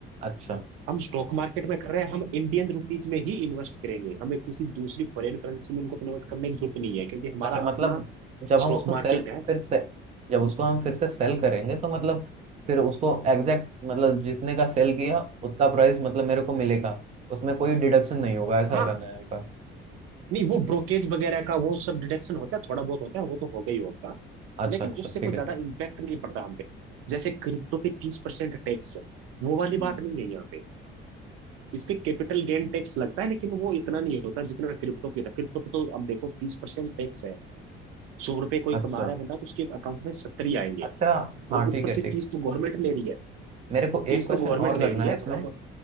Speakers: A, on the right; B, on the right.
A: अच्छा
B: हम स्टॉक मार्केट में कर रहे हैं हम इंडियन रुपीज में ही इन्वेस्ट करेंगे हमें किसी दूसरी फॉरेन करेंसी में उनको कन्वर्ट करने की जरूरत नहीं है क्योंकि हमारा
A: अच्छा मतलब
B: अपना
A: जब हम
B: स्टॉक
A: उसको सेल
B: मार्केट है
A: फिर से जब उसको हम फिर से सेल करेंगे तो मतलब फिर उसको एग्जैक्ट मतलब जितने का सेल किया उतना प्राइस मतलब मेरे को मिलेगा उसमें कोई डिडक्शन नहीं होगा ऐसा
B: हाँ
A: करना है आपका
B: नहीं वो ब्रोकेज वगैरह का वो सब डिडक्शन होता है थोड़ा बहुत होता है वो तो होगा ही होगा
A: अच्छा
B: लेकिन
A: अच्छा
B: उससे
A: ठीक
B: कोई
A: है
B: ज्यादा
A: ठीक
B: इम्पैक्ट नहीं पड़ता हम पे जैसे क्रिप्टो पे तीस परसेंट टैक्स है वो वाली
A: हम्म।
B: बात नहीं है यहाँ पे इस पे कैपिटल गेन टैक्स लगता है लेकिन वो इतना नहीं होता जितना क्रिप्टो पे होता है क्रिप्टो पे तो अब देखो तीस परसेंट टैक्स है सौ रुपए कोई
A: अच्छा
B: कमा रहा है बंदा तो उसके अकाउंट में सत्तर ही आएंगे
A: अच्छा हाँ
B: और ऊपर
A: ठीक है
B: से
A: ठीक
B: तीस तो गवर्नमेंट ले रही है
A: मेरे को
B: तीस
A: एक क्वेश्चन
B: तो गवर्नमेंट
A: और
B: ले
A: करना
B: रही
A: है
B: है
A: इसमें
B: थोड़ा बहुत